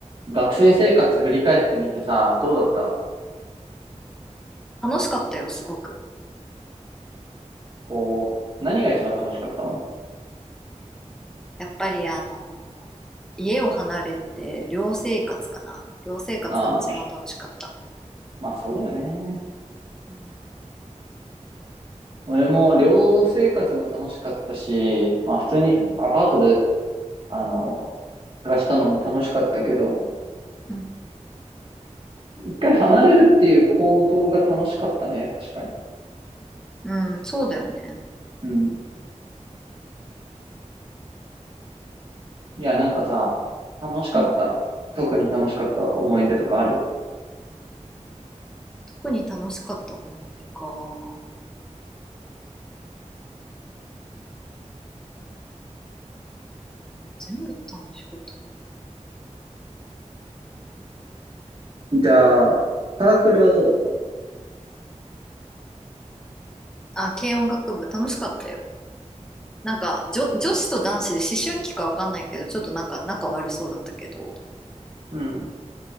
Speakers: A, on the right; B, in the centre.
A: 学生生活振り返ってみてさ、どうだった
B: 楽しかったよ、すごく。
A: こう、何が一番楽しかったの
B: やっぱりあのー家を離れて寮生活かな。寮生活が一番楽しかった。
A: ああー、まあそうだよね。
B: うん、
A: 俺も寮生活も楽しかったし、まあ普通にアパートで、
B: うん、
A: あの、暮らしたのも楽しかったけど、
B: うん、
A: 一回離れるっていう行動が楽しかったね、確かに。
B: うん、そうだよね。
A: うん。いや、なんかさ、楽しかった。
B: うん。
A: 特に楽しかった思い出とかある
B: 特に楽しかった思い出か。うん、全部楽しかったからな。
A: じゃあ、サークルはどうだった
B: あ、軽音楽部楽しかったよ。なんか、女、女子と男子で思春期かわかんないけど、ちょっとなんか仲悪そうだったけど。
A: うん。